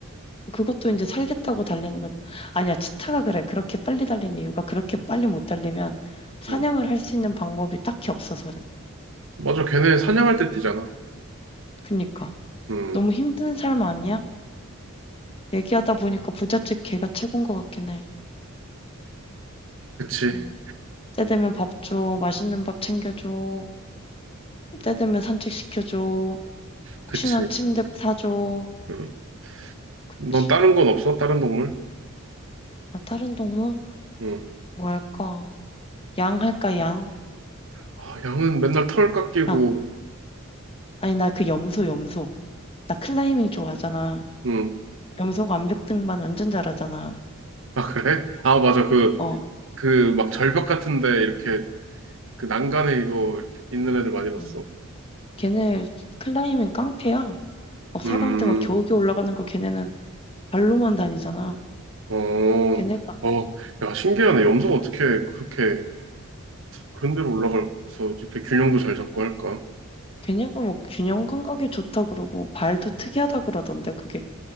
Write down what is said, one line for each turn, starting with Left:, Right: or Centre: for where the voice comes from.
Left: 그것도 이제 살겠다고 달리는 건데 아니야 치타가 그래 그렇게 빨리 달리는 이유가 그렇게 빨리 못 달리면 사냥을
Right: 음.
Left: 할 수 있는 방법이 딱히 없어서래
Right: 맞아, 걔네 사냥할 때 뛰잖아.
Left: 그니까
Right: 음,
Left: 너무 힘든 삶 아니야? 얘기하다 보니까 부잣집 개가 최고인 것 같긴 해
Right: 그치,
Left: 음. 때 되면 밥 줘, 맛있는 밥 챙겨줘 때 되면 산책시켜줘
Right: 그치.
Left: 혹시나 침대 사줘
Right: 음.
Left: 그치
Right: 넌 다른 건 없어? 다른 동물?
Left: 아 다른 동물?
Right: 음.
Left: 뭐 할까? 양 할까 양?
Right: 아, 양은 맨날 털 깎이고,
Left: 아 아니 나 그 염소 염소 나 클라이밍 좋아하잖아
Right: 음.
Left: 염소가 암벽 등반 완전 잘하잖아.
Right: 아, 그래? 아, 맞아. 그,
Left: 어,
Right: 그 막 절벽 같은데 이렇게 그 난간에 이거 있는 애들 많이 봤어.
Left: 응. 걔네 클라이밍 깡패야. 어, 사람들
Right: 음,
Left: 막 겨우겨우 올라가는 거 걔네는 발로만 다니잖아.
Right: 어,
Left: 걔네가
Right: 어, 야, 신기하네. 염소가 어떻게 그렇게 그런 데로 올라가서 이렇게 균형도 잘 잡고 할까?
Left: 걔네가 뭐 균형 감각이 좋다 그러고 발도 특이하다 그러던데 그게